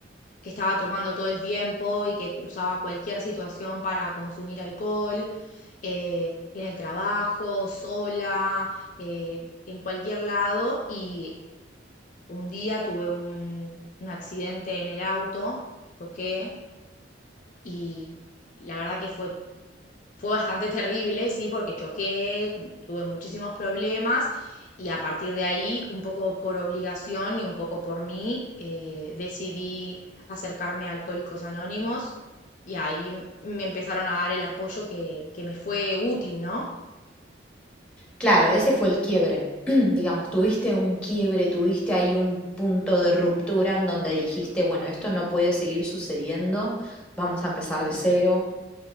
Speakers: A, on the left (about 40°); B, in the centre.
A: que estaba tomando todo el tiempo y que usaba cualquier situación para consumir alcohol, eh, en el trabajo, sola, eh, en cualquier lado. Y un día tuve un, un accidente en el auto choqué y la verdad que fue, fue bastante <laughs> terrible, sí, porque choqué, tuve muchísimos problemas y a partir de ahí, un poco por obligación y un poco por mí, eh, decidí acercarme a Alcohólicos Anónimos y ahí m- me empezaron a dar el apoyo que, que me fue útil, ¿no?
B: Claro, ese fue el quiebre. <clears throat> Digamos, tuviste un quiebre, tuviste ahí un punto de ruptura en donde dijiste, bueno, esto no puede seguir sucediendo, vamos a empezar de cero.